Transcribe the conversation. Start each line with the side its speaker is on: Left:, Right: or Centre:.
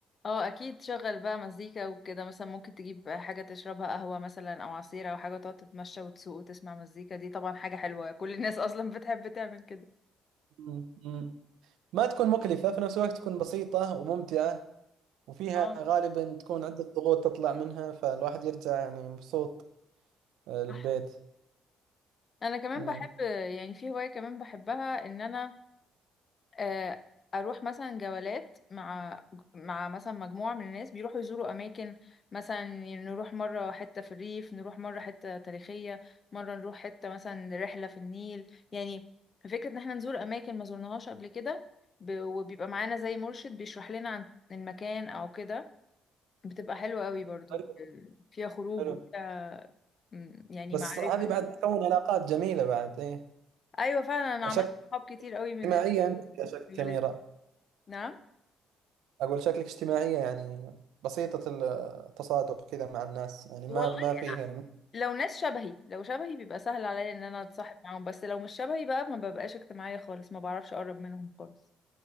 Left: اه اكيد شغل بقى مزيكا وكده مثلا ممكن تجيب حاجة تشربها قهوة مثلا او عصير او حاجة تقعد تتمشى وتسوق وتسمع مزيكا دي طبعا حاجة حلوة كل الناس اصلا بتحب تعمل كده
Right: مم. مم. ما تكون مكلفه في نفس الوقت تكون بسيطه وممتعه وفيها
Left: اه
Right: غالبا تكون عده ضغوط تطلع منها فالواحد يرجع يعني مبسوط آه، للبيت
Left: صح انا كمان
Right: مم.
Left: بحب يعني في هواية كمان بحبها ان انا آه، اروح مثلا جولات مع مع مثلا مجموعه من الناس بيروحوا يزوروا اماكن مثلا نروح مره حته في الريف نروح مره حته تاريخيه مره نروح حته مثلا رحله في النيل يعني فكره ان احنا نزور اماكن ما زورناهاش قبل كده ب- وبيبقى معانا زي مرشد بيشرح لنا عن المكان او كده بتبقى حلوه قوي برضو
Right: حلو
Left: ب- فيها خروج
Right: حلو
Left: وفيها م، يعني
Right: بس
Left: معرفه
Right: هذه بعد تكون علاقات جميلة بعد ايه
Left: ايوه فعلا انا عملت
Right: شكل
Left: صحاب كتير قوي من
Right: اجتماعية انت يا شكل
Left: الجولات
Right: كاميرا
Left: نعم
Right: اقول شكلك اجتماعية يعني بسيطة التصادق كذا مع الناس يعني ما
Left: والله
Right: ما فيه
Left: لو ناس شبهي لو شبهي بيبقى سهل عليا ان انا اتصاحب معاهم بس لو مش شبهي بقى ما ببقاش اجتماعية خالص ما بعرفش اقرب منهم خالص